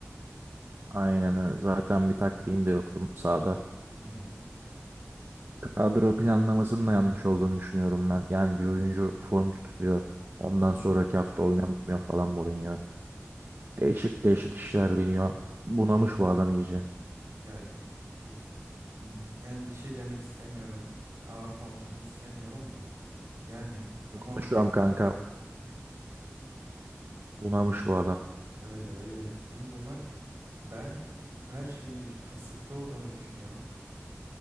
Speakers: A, on the right; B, on the right.
A: Aynen öyle. Zaten bir taktiğin de yoktu sahada.
B: Hı hı.
A: Kadro planlamasının da yanlış olduğunu düşünüyorum ben. Yani bir oyuncu form tutuyor. Ondan
B: Hı hı.
A: sonraki hafta oynamıyor falan Mourinho. Değişik değişik işler deniyor. Bunamış bu adam iyice.
B: Ya çok Hmm, Yani bir şey demek istemiyorum. Ağır konuşmak istemiyorum da. Yani tamam
A: Konuşuyorum kanka. Bunamış
B: ne
A: bu adam.
B: öyle öyle. Hem bunak ben her şeyin bir kasıtlı olduğunu düşünüyorum.